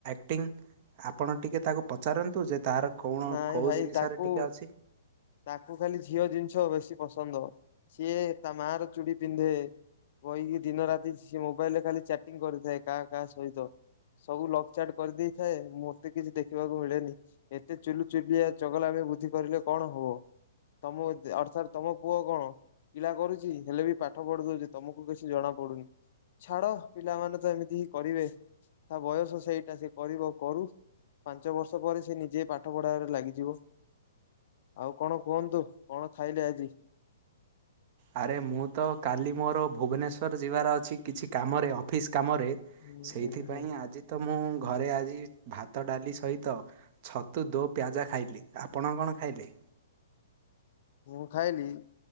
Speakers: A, on the right; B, on the left.
A: ଆକଟିଂ ଆପଣ ଟିକେ ତାକୁ ପଚାରନ୍ତୁ ଯେ ତାର କଣ
B: ନାଇଁ
A: କୋଉ
B: ଭାଇ
A: ଜିନିଷରେ
B: ତାକୁ
A: ଟିକେ ଅଛି।
B: ତାକୁ ଖାଲି ଝିଅ ଜିନିଷ ବେଶୀ ପସନ୍ଦ ସିଏ ତା ମା ର ଚୁଡ଼ି ପିନ୍ଧେ। କହିକି ଦିନ ରାତି ସ ମୋବାଇଲ ରେ ଖାଲି ଚାଟିଂ କରିଥାଏ କାହା କାହା ସହିତ। ସବୁ ଲକ୍ ଚାଟ୍ କରିଦେଇଥାଏ ମତେ କିଛି ଦେଖିବାକୁ ମିଳେନି ଏତେ ଚୁଲୁ ଚୁଲିଆ ଚଗଲା ଏ ତ ବୁଦ୍ଧି କରିଲେ କଣ ହବ ତମ ଅର୍ଥାତ ତମ ପୁଅ କଣ? ପିଲା କରୁଛି ହେଲେ ବି ପାଠ ପଢି ଦଉଛି ତମକୁ କିଛି ଜଣା ପଡୁନି। ଛାଡ ପିଲାମାନେ ତ ଏମିତି ହିଁ କରିବେ ତା ବୟସ ସେଇଟା ସେ କରିବ କରୁ। ପାଞ୍ଚ ବର୍ଷ ପରେ ସେ ନିଜେ ପାଠ ପଢାରେ ଲାଗିଯିବ। ଆଉ କଣ କୁହନ୍ତୁ କଣ ଖାଇଲେ ଆଜି।
A: ଆରେ ମୁଁ ତ କାଲି ମୋର ଭୁବନେଶ୍ଵର ଯିବାର ଅଛି କିଛି କାମରେ ଅଫିସ କାମରେ
B: ହୁଁ
A: ସେଇଥିପାଇଁ
B: ହୁଁ
A: ଆଜି ତ ମୁଁ ଘରେ ଆଜି ଭାତ ଡାଲି ସହିତ ଛତୁ ଦୋ ପିଆଜା ଖାଇଲି। ଆପଣ କଣ ଖାଇଲେ?
B: ମୁଁ ଖାଇଲି